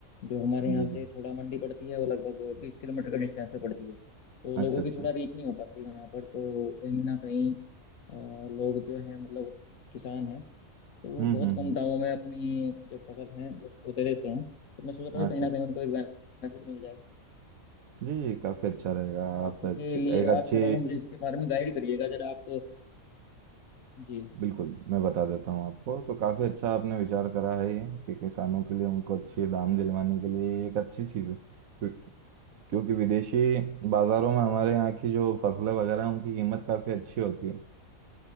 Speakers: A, on the left; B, on the right.
A: जो हमारे
B: जी
A: यहाँ
B: जी
A: से थोड़ा मंडी पड़ती है वो लगभग बीस किलोमीटर के डिस्टेंस पे पड़ती है तो
B: अच्छा
A: लोगों
B: अच्छा
A: की थोड़ा रीच नहीं हो पाती वहाँ पर तो कहीं ना कहीं अ, लोग जो है मतलब किसान हैं तो वो
B: हम्म
A: बहुत
B: हम्म
A: कम दामों में अपनी जो फसल है उसको दे देते हैं तो मैं सोच रहा
B: हम्म
A: था कहीं
B: अच्छा
A: ना
B: अच्छा
A: कहीं उनको एक बेनिफिट मिल जाए
B: जी जी काफ़ी अच्छा रहेगा
A: तो
B: आप
A: आपके
B: अच्छी
A: लिए
B: एक
A: आप
B: अच्छी
A: थोड़ा सा मुझे इसके बारे में गाइड करिएगा जरा आप जी
B: बिल्कुल मैं बता देता हूँ आपको तो काफ़ी अच्छा आपने विचार करा है ये कि किसानों के लिए उनको अच्छे
A: जी
B: दाम दिलवाने के लिए ये एक अच्छी चीज़ है क्यों- क्योंकि विदेशी बाज़ारों में हमारे यहाँ की जो फसलें वगैरह हैं, उनकी कीमत काफ़ी अच्छी होती है